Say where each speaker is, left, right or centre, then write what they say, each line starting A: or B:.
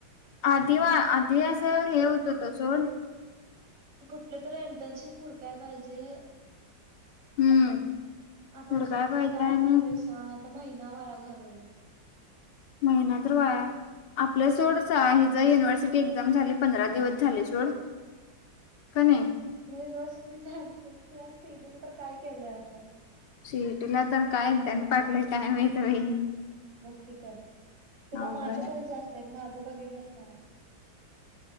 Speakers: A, on the left; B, on the right.
A: आधी आधी असं हे होत होत सोड.
B: कुठले तररी इंटर्नशिप हुडकाय पाहिजे.
A: हम्म.
B: आपण
A: हुडकाय
B: सुट्टीत
A: पाहिजे
B: काय
A: आणि
B: केलोय सांग. आता महिना वाया घालवले.
A: महिना तर वाय आपल्या सोड हि ज युनिव्हर्सिटी एक्झाम झाली पंधरा दिवस झाले सोड का नाही.
B: म युनिव्हसिटीच्या्हीच तर काय केलंय आपण
A: सीईटी ला तर काय नध पाडलेतं काय माहित बाई
B: हम् ब <unintelligible> कतर <unintelligible> तुला
A: अवघड
B: माकर्य तरी जास्त आहेत माझ. बघितलंस ना.